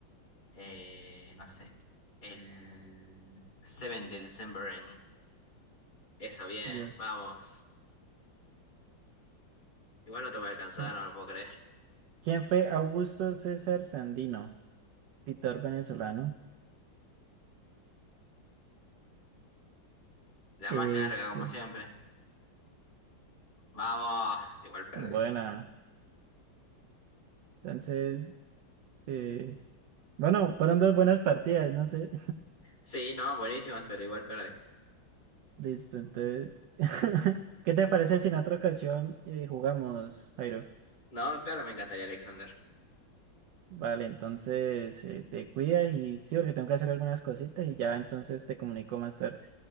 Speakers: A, on the left; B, on the right.
A: Eh, no sé. El 7 de diciembre Eso, bien,
B: Dios.
A: vamos. Igual no te voy a alcanzar,
B: No.
A: no lo puedo creer.
B: ¿Quién fue Augusto César Sandino, dictador venezolano?
A: La
B: Eh,
A: más larga,
B: fue,
A: como siempre. Vamos, igual perdí.
B: Buena. entonces, eh, bueno, fueron dos buenas partidas, no sé.
A: Sí, no, buenísimas, pero igual perdí.
B: Listo, entonces. <laughs> ¿Qué te parece si en otra ocasión eh, jugamos, Jairo?
A: No, claro, me encantaría Alexander.
B: Vale, entonces eh, te cuidas y sí, porque tengo que hacer algunas cositas y ya entonces te comunico más tarde.